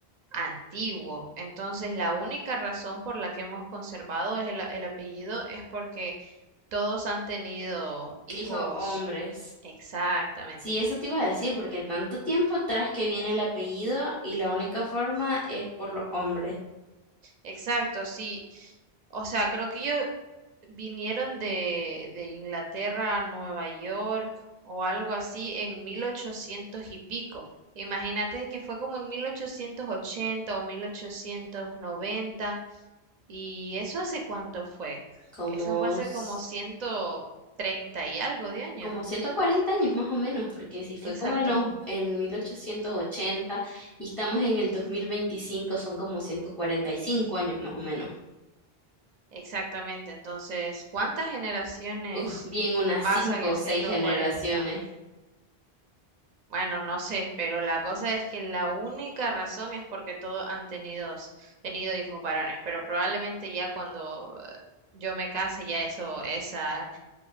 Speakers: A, on the right; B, in the centre.
A: antiguo. Entonces, la única razón por la que hemos conservado es el, el apellido es porque todos han tenido hijos.
B: <laughs> Hijo, hombres.
A: Exactamente.
B: Sí, eso te iba a decir, porque tanto tiempo atrás que viene el apellido y la única forma es por los hombres,
A: Exacto, sí. O sea, creo que ellos vinieron de, de Inglaterra a Nueva York o algo así en 1800 y pico. Imagínate que fue como en 1880 o 1890. ¿Y eso hace cuánto fue?
B: como,
A: Eso fue hace
B: s-
A: como ciento treinta y algo de años.
B: como 140 años más o menos, porque si fue
A: Exacto,
B: como en, los- en 1880 y estamos en el 2025, son como 145 años más o menos.
A: exactamente. Entonces, ¿cuántas generaciones
B: Uf, bien unas
A: pasan
B: cinco
A: en
B: o seis
A: 140?
B: generaciones.
A: Bueno, no sé, pero la cosa es que la única razón es porque todos han tenido, tenido hijos varones, pero probablemente ya cuando eh, yo me case, ya eso, esa